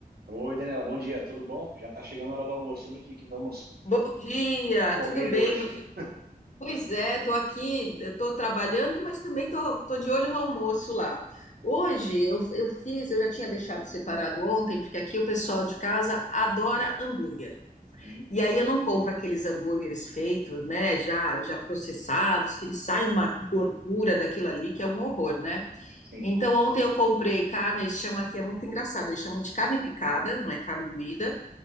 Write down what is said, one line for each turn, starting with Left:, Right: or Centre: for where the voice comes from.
Right: Oi, Daniela, bom dia, tudo bom? Já está chegando a hora do almoço, hein? O que que vamos
Left: Bom dia,
Right: comer
Left: tudo bem?
Right: hoje?
Left: Você? Pois é, estou aqui, estou trabalhando, mas também estou de olho no almoço lá. Hoje eu, eu fiz, eu já tinha deixado separado ontem, porque aqui o pessoal de casa adora hambúrguer.
Right: Hum,
Left: E aí eu não compro aqueles hambúrgueres feitos, né, já, já processados, que eles saem uma gordura daquilo ali, que é um horror, né?
Right: sim.
Left: Então ontem eu comprei carne, eles chamam aqui, é muito engraçado, eles chamam de carne picada, não é carne moída.